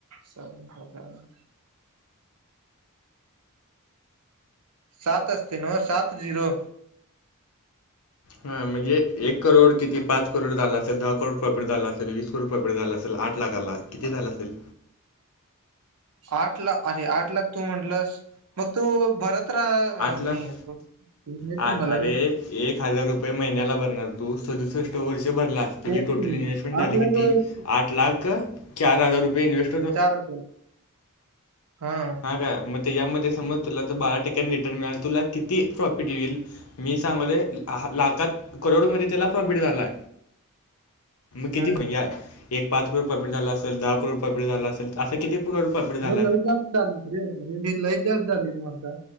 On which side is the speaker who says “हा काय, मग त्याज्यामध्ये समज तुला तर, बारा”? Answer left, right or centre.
Left